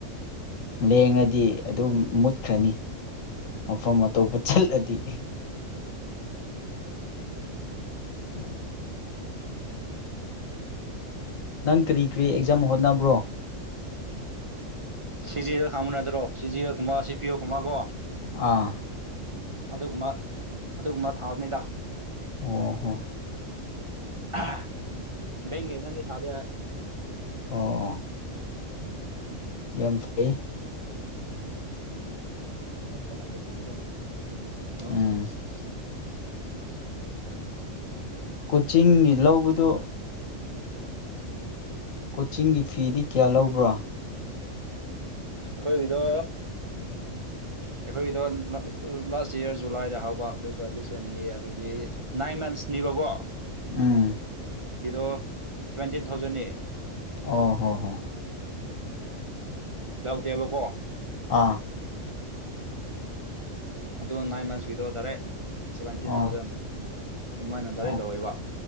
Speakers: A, on the left (about 80°); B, on the right (about 30°).
A: ꯂꯦꯡꯉꯗꯤ ꯑꯗꯨꯝ ꯃꯨꯠꯈ꯭ꯔꯅꯤ ꯃꯐꯝ ꯑꯇꯣꯞꯄ ꯆꯠꯂꯗꯤ <unintelligible>
B: <inaudible>
A: ꯅꯪ ꯀꯔꯤ ꯀꯔꯤ ꯑꯦꯛꯖꯥꯝ ꯍꯣꯠꯅꯕ꯭ꯔꯣ
B: ꯁꯤ ꯖꯤ ꯑꯦꯜ ꯈꯪꯕꯥ ꯅꯠꯇ꯭ꯔꯣ ꯁꯤ ꯖꯤ ꯑꯦꯜ ꯀꯨꯝꯕ ꯁꯤ ꯄꯤ ꯌꯣ ꯀꯨꯝꯕꯀꯣ
A: ꯑꯥ
B: ꯑꯗꯨꯒꯨꯝꯕ ꯑꯗꯨꯒꯨꯝꯕ ꯊꯥꯕꯅꯦꯗ
A: ꯑꯣ ꯍꯣ
B: <unintelligible> ꯕꯦꯏ꯭ꯛꯀꯤ ꯑꯦꯛꯖꯥꯝ ꯗꯤ ꯊꯥꯗꯦ
A: ꯑꯣ ꯑꯣ ꯌꯥꯝ ꯐꯩ
B: <unintelligible> <unintelligible>
A: ꯎꯝ
B: <inaudible>
A: ꯀꯣꯆꯤꯡꯒꯤ ꯂꯧꯕꯗꯨ
B: <inaudible>
A: ꯀꯣꯆꯤꯡꯒꯤ ꯐꯤꯗꯤ ꯀꯌꯥ ꯂꯧꯕ꯭ꯔꯥ
B: ꯑꯩꯈꯣꯏꯒꯤꯗꯣ ꯑꯩꯈꯣꯏꯒꯤꯗꯣ ꯂꯥꯁ ꯏꯌꯥꯔ ꯖꯨꯂꯥꯏꯗ ꯍꯧꯕ ꯑꯗꯨꯒ ꯗꯤꯁ ꯃꯦ ꯑꯗꯨꯗꯤ ꯅꯥꯏꯁꯟ ꯃꯟꯁꯅꯦꯕꯀꯣ
A: ꯎꯝ
B: ꯗꯣ ꯁꯚꯦꯟꯇꯤꯟ ꯊꯥꯎꯖꯟꯅꯦ
A: ꯑꯣ ꯍꯣ ꯍꯣ
B: ꯂꯧꯥꯎꯗꯦꯕꯀꯣ
A: ꯑꯥ
B: ꯑꯗꯣ ꯅꯥꯏꯟ ꯃꯟꯁ ꯀꯤꯗꯣ ꯗꯥꯏꯔꯦꯛ ꯁꯚꯦꯟꯇꯤꯟ
A: ꯑꯣ
B: ꯊꯥꯎꯖꯟ ꯑꯗꯨꯃꯥꯏꯅ ꯗꯥꯔꯦꯛ
A: ꯑꯣ
B: ꯂꯧꯋꯦꯕ